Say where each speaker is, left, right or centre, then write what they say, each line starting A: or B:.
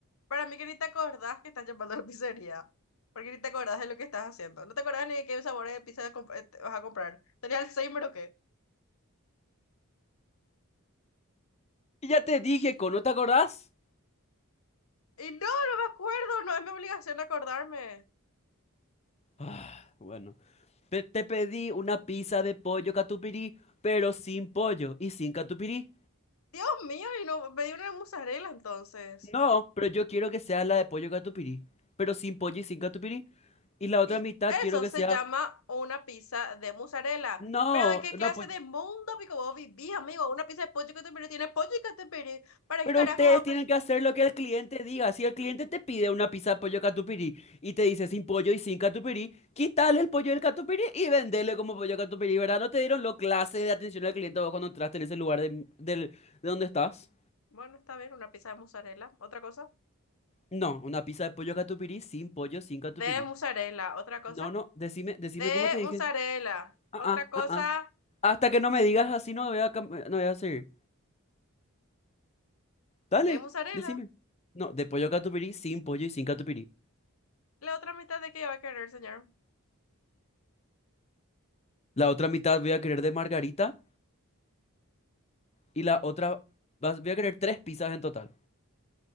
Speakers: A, on the left; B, on the left.
A: para mí que ni te acordás que estás llamando a la pizzería. Porque ni te acordás de lo que estás haciendo. No te acordás ni de qué sabores de pizza comp- eh, te vas a comprar. ¿Tenías Alzheimer o qué?
B: Y ya te dije, ¿con no te acordás?
A: Y no, no me acuerdo, no es mi obligación acordarme.
B: Ah, bueno. Pe- te pedí una pizza de pollo catupirí, pero sin pollo y sin catupirí.
A: Dios mío, y no pedí una de mozzarella entonces.
B: No, pero yo quiero que sea la de pollo catupirí, pero sin pollo y sin catupirí. Y la otra
A: Y
B: mitad
A: eso
B: quiero que
A: se
B: sea,
A: llama una pizza de mozzarella.
B: no,
A: Pero ¿de qué
B: una
A: clase
B: pollo.
A: de mundo pico vos vivís, amigo? Una pizza de pollo que catupiry tiene pollo y catupiry. ¿Para
B: Pero
A: qué carajos
B: ustedes
A: ape?
B: tienen que hacer lo que el cliente diga. Si el cliente te pide una pizza de pollo catupirí y te dice sin pollo y sin catupirí, quítale el pollo del catupirí y vendele como pollo catupirí, ¿verdad? ¿No te dieron lo clase de atención al cliente vos cuando entraste en ese lugar de, del- de donde estás?
A: Bueno, está bien, una pizza de mozzarella. ¿Otra cosa?
B: No, una pizza de pollo catupirí sin pollo, sin catupirí.
A: De mozzarella. ¿Otra cosa?
B: No, no, decime, decime
A: De
B: cómo te dije.
A: mozzarella.
B: Ah,
A: ¿Otra
B: ah,
A: cosa?
B: ah, ah. Hasta que no me digas así, no voy a, cam- no voy a seguir. Dale,
A: De mozzarella.
B: decime. No, de pollo catupirí, sin pollo y sin catupirí.
A: ¿La otra mitad de qué va a querer, señor?
B: La otra mitad voy a querer de margarita y la
A: Ok.
B: otra... vas- Voy a querer tres pizzas en total.